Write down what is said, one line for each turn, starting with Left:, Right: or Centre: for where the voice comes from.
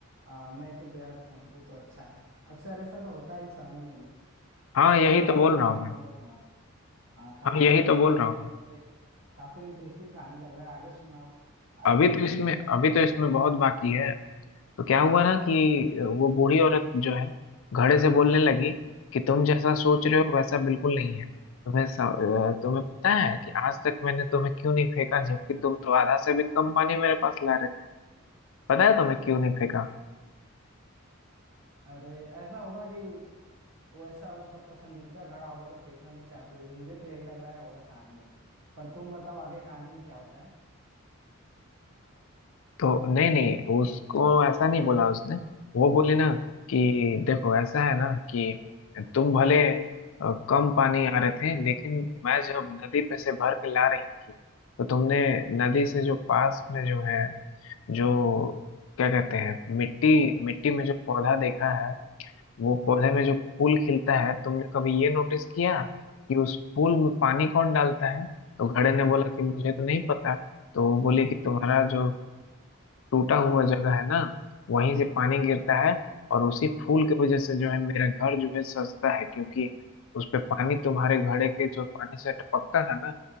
Right: आ, मैं तो व्यर्थ हूँ वो तो अच्छा है अक्सर ऐसा तो होता है इंसानों में भी
Left: हाँ
Right: सही
Left: यही
Right: है यार
Left: तो बोल
Right: कहानी
Left: रहा हूँ मैं
Right: बढ़िया तुम्हारा हाँ कहानी
Left: हाँ यही
Right: का
Left: तो बोल
Right: काफी
Left: रहा हूँ
Right: इंटरेस्ट
Left: मैं।
Right: काफी इंटरेस्टिंग कहानी लग रहा है आगे सुनाओ आगे
Left: अभी
Right: क्या
Left: तो
Right: हुआ
Left: इसमें
Right: फिर
Left: अभी तो इसमें बहुत बाकी है तो क्या हुआ ना कि वो बूढ़ी औरत जो है घड़े से बोलने लगी कि तुम जैसा सोच रहे हो वैसा बिल्कुल नहीं है तुम्हें स- अ, तुम्हें पता है कि आज तक मैंने तुम्हें क्यों नहीं फेंका जबकि तुम तो आधा से भी कम पानी मेरे पास ला रहे पता है तुम्हें क्यों नहीं फेंका
Right: अरे ऐसा होगा कि वैसा उसका पसंदीदा घड़ा होगा तो फेंकना नहीं चाहती होगी मुझे तो यही लग रहा है होगा कहानी में पर तुम बताओ आगे कहानी में क्या होता है
Left: तो नहीं नहीं उसको ऐसा नहीं बोला उसने वो बोली ना कि देखो ऐसा है ना कि तुम भले अ, कम पानी आ रहे थे लेकिन मैं जब नदी पे से भर के ला रही थी तो तुमने नदी से जो पास में जो है जो क्या कहते हैं मिट्टी मिट्टी में जो पौधा देखा है वो पौधे में जो फूल खिलता है तुमने कभी ये नोटिस किया कि उस फूल में पानी कौन डालता है तो घड़े ने बोला कि मुझे तो नहीं पता तो वो बोली कि तुम्हारा जो टूटा हुआ जगह है ना वहीं से पानी गिरता है और उसी फूल की वजह से जो है मेरा घर जो है सजता है क्योंकि उस पे पानी तुम्हारे घड़े के जो पानी से टपकता था ना